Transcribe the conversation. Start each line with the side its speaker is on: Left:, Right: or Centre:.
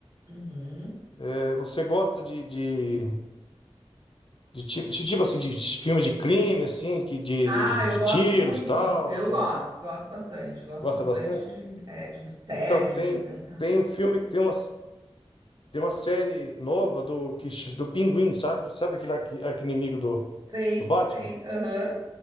Right: Uhum.
Left: É, você gosta de, de, de tipo, de tipo assim, de filme de crime, assim, que de,
Right: Ah,
Left: de,
Right: eu
Left: de
Right: gosto
Left: tiros
Right: muito.
Left: tal?
Right: Eu
Left: de
Right: gosto,
Left: um-
Right: gosto bastante. Gosto
Left: Gosta
Right: bastante
Left: bastante?
Right: de, é, de mistério,
Left: Então, tem,
Right: de desventar.
Left: tem um filme, que tem uma, tem uma série nova do, que, ch- do Pinguim, sabe? Sabe aquele arqui- arqui-inimigo do,
Right: Tem,
Left: do Batman?
Right: tem, aham.